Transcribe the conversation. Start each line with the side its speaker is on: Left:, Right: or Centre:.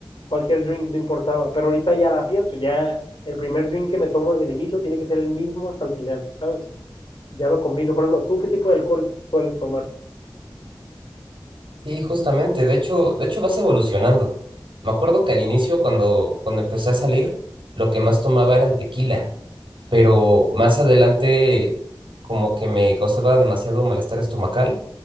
Left: cualquier drink no importaba, pero ahorita ya la pienso, ya el primer drink que me tomo desde el inicio tiene que ser el mismo hasta el final, ¿sabes? Ya no combino, por ejemplo, ¿tú qué tipo de alcohol sueles tomar?
Right: Sí, justamente. De hecho, de hecho vas evolucionando. Me acuerdo que al inicio, cuando, cuando empecé a salir, lo que más tomaba era el tequila, pero más adelante como que me causaba demasiado malestar estomacal,